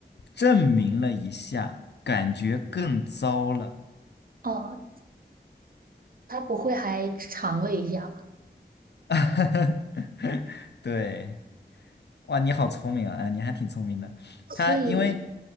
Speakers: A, on the left (about 70°); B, on the right (about 55°).
A: 证明了一下，感觉更糟了。
B: 哦，他不会还尝了一下吧？
A: <laughs> 对，哇，你好聪明啊！哎，你还挺聪明的。他因为，
B: 所以，